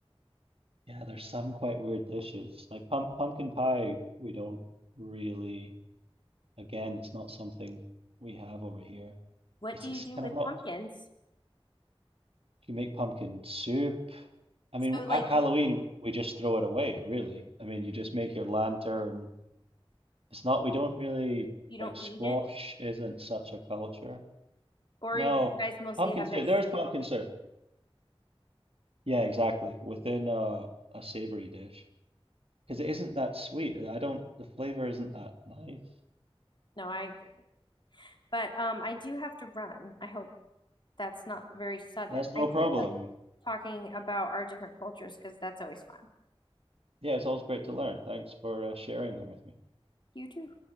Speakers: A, on the right (about 70°); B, on the left (about 50°).
A: Yeah, there's some quite weird dishes. Like pump, pumpkin pie, we don't really, again, it's not something we have over here.
B: What
A: It's,
B: do
A: it's
B: you do
A: kind
B: with
A: of not,
B: pumpkins?
A: you make pumpkin soup. I
B: So
A: mean,
B: like
A: at Halloween,
B: you,
A: we just throw it away, really. I mean, you just make your lantern It's not, we don't really
B: you don't
A: like squash
B: eat it
A: isn't such a culture.
B: or
A: No,
B: you guys mostly
A: pumpkin
B: have
A: soup.
B: it savory.
A: There's pumpkin soup. Yeah, exactly. Within a, a savory dish. Because it isn't that sweet. I don't, the flavor isn't that nice.
B: No, I agree. But um I do have to run. I hope that's not very sudden.
A: That's no
B: I did
A: problem.
B: like talking about our different cultures because that's always fun.
A: Yeah, it's always great to learn. Thanks for uh, sharing them with me.
B: You too.